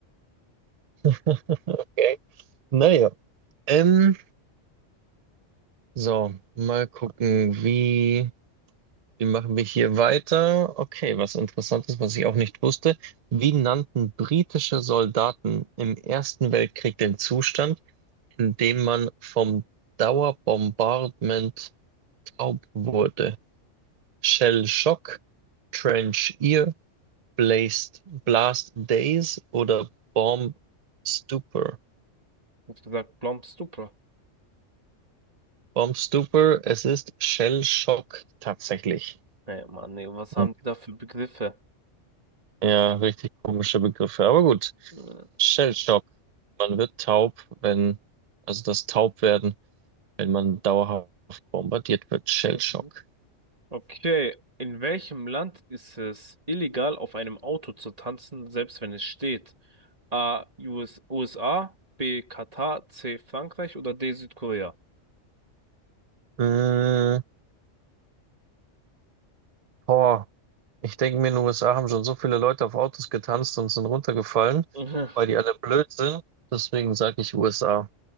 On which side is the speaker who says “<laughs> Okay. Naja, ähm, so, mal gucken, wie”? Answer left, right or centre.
Right